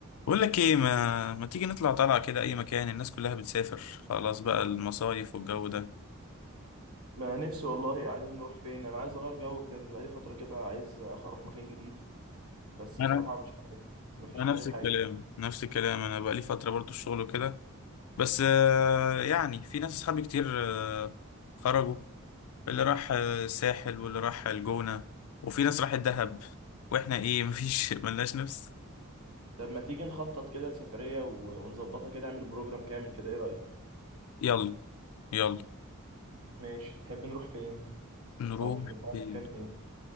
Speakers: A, on the left; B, on the right.
A: بقول لك ايه ما ما تيجي نطلع طلعة كده اي مكان الناس كلها بتسافر خلاص بقى المصايف والجو ده
B: ما نفسي والله عايز نروح فين انا عايز اغير جو بجد بقالي فتره كده عايز أخ- اروح مكان جديد بس
A: انا
B: بصراحه مش عارف مفيش
A: انا
B: دماغي
A: نفس
B: حاجه
A: الكلام نفس الكلام انا بقى لي فترة برضو الشغل وكده بس آه، يعني في ناس اصحابي كتير آه، خرجوا اللي راح آه، الساحل واللي راح الجونة وفي ناس راحت دهب واحنا ايه <laughs> مفيش ملناش نفس
B: طب ما تيجي نخطط كده لسفريه و- ونظبطها كده نعمل بروجرام كامل كده ايه رايك
A: يلا يلا
B: ماشي تحب نروح فين
A: نروح
B: او في مقدار
A: فين؟
B: مكان ايه